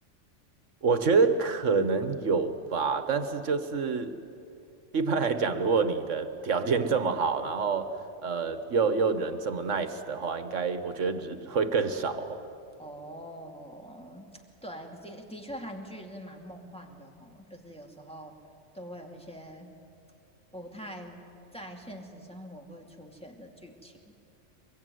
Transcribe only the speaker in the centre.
哦，<tsk> 对，的的确，韩剧是蛮梦幻的哦，就是有时候都会有一些不太在现实生活会出现的剧情。